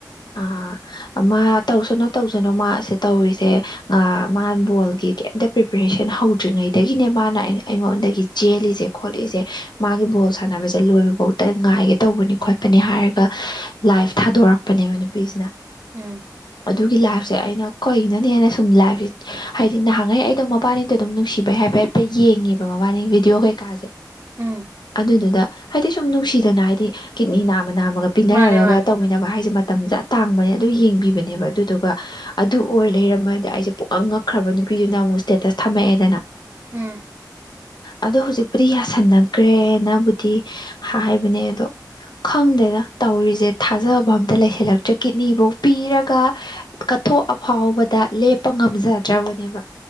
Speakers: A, on the left; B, on the right.
A: ꯑꯥ ꯃꯥ ꯇꯧꯁꯅꯨ ꯇꯧꯁꯅꯨ ꯃꯥꯁꯦ ꯇꯧꯔꯤꯁꯦ ꯃꯥ ꯕꯣꯜꯒꯤ ꯀꯩꯝꯇ ꯄ꯭ꯔꯤꯄꯦꯔꯦꯁꯟ ꯍꯧ ꯍꯧꯇ꯭ꯔꯤꯉꯩꯗꯒꯤꯅꯦ ꯃꯥꯅ ꯑꯩꯉꯣꯟꯗꯒꯤ ꯆꯦꯜꯂꯤꯁꯦ ꯈꯣꯠꯂꯤꯁꯦ ꯃꯥꯒꯤ ꯕꯣꯜ ꯁꯥꯟꯅꯕꯁꯦ ꯂꯣꯏꯕꯐꯧ ꯉꯥꯏꯒꯦ ꯇꯧꯕꯅꯤ ꯈꯣꯠꯄꯅꯤ ꯍꯥꯏꯔꯒ ꯂꯥꯏꯐ ꯊꯥꯗꯣꯔꯛꯄꯅꯦꯕ ꯅꯨꯄꯤꯁꯤꯅ
B: ꯎꯝ
A: ꯑꯗꯨꯒꯤ ꯂꯥꯏꯐꯁꯦ ꯑꯩꯅ ꯀꯏꯅꯅꯦꯅ ꯁꯨꯝ ꯂꯥꯏꯐꯁꯦ ꯍꯥꯏꯗꯤ ꯅꯍꯥꯟꯉꯩ ꯑꯩꯗꯣ ꯃꯕꯥꯅꯤꯗꯧ ꯑꯗꯨꯝ ꯅꯨꯡꯁꯤꯕꯩ ꯍꯥꯏꯐꯦꯠ ꯍꯥꯏꯐꯦ ꯌꯦꯡꯉꯦꯕ ꯃꯕꯥꯅꯤ ꯚꯤꯗꯤꯑꯣ ꯀꯩꯀꯥꯁꯦ
B: ꯎꯝ
A: ꯑꯗꯨꯗꯨꯗ ꯍꯥꯏꯗꯤ ꯁꯨꯝ ꯅꯨꯡꯁꯤꯗꯅ ꯍꯥꯏꯗꯤ ꯀꯤꯠꯅꯤ ꯅꯥꯝꯃ ꯅꯥꯝꯃꯒ ꯄꯤꯅꯔꯒ
B: ꯃꯥꯅꯦ ꯃꯥꯅꯦ
A: ꯇꯧꯃꯤꯟꯅ ꯇꯅꯕ ꯍꯥꯏꯁꯦ ꯃꯇꯝꯁꯤꯗ ꯑꯇꯥꯡꯕꯅꯦ ꯑꯗꯨ ꯌꯦꯡꯕꯤꯕꯅꯦꯕ ꯑꯗꯨꯗꯨꯒ ꯑꯗꯨ ꯑꯣꯏ ꯂꯩꯔꯝꯃꯗꯤ ꯑꯩꯁꯦ ꯄꯨꯀꯪ ꯉꯛꯈ꯭ꯔꯕ ꯅꯨꯄꯤꯗꯨꯅ ꯑꯃꯨꯛ ꯏꯁꯇꯦꯇꯁ ꯊꯝꯃꯛꯑꯦꯗꯅ
B: ꯎꯝ
A: ꯑꯗꯣ ꯍꯧꯖꯤꯛꯄꯨꯗꯤ ꯌꯥꯁꯟꯅꯈ꯭ꯔꯦꯅꯕꯨꯗꯤ ꯍꯥꯏꯕꯅꯦ ꯑꯗꯣ ꯈꯪꯗꯦꯅ ꯇꯧꯔꯤꯁꯦ ꯊꯥꯖꯕ ꯑꯝꯇ ꯂꯩꯁꯤꯜꯂꯛꯇ꯭ꯔꯦ ꯀꯤꯠꯅꯤꯐꯧ ꯄꯤꯔꯒ ꯀꯠꯊꯣꯛꯑꯐꯥꯎꯕꯗ ꯂꯦꯞꯄ ꯉꯝꯖꯗ꯭ꯔꯕꯅꯦꯕ